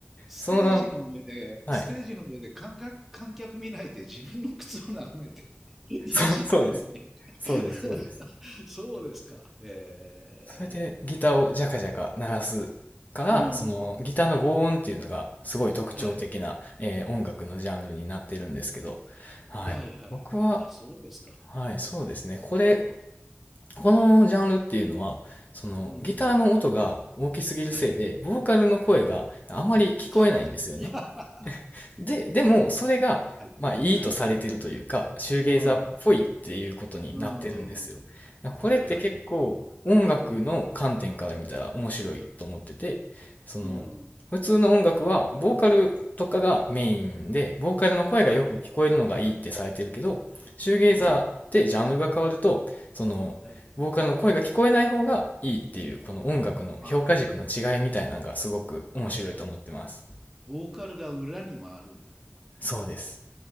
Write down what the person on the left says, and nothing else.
その名の、はい。
そう、そうです。そうです、そうです。
それでギターをジャカジャカ鳴らすから、
そのギターの轟音っていうのがすごい特徴的な、
えー音楽のジャンルになってるんですけど、はい。
僕は、
はい、そうですね。
これこのジャンルっていうのは、そのギターの音が大きすぎるせいで、
ボーカルの声があまり聞こえないんですよね。
で、でも、それが、
まあ、いいとされてるというか、
シューゲイザーっぽいっていうことになってるんですよ。
だからこれって結構、
音楽の観点から見たら面白いと思ってて、
その、
普通の音楽は、ボーカルとかがメインで、ボーカルの声がよく聞こえるのがいいってされてるけど、
シューゲイザーってジャンルが変わると、
その、
ボーカルの声が聞こえない方がいいっていう、この音楽の評価軸の違いみたいなのがすごく面白いと思ってます。
そうです。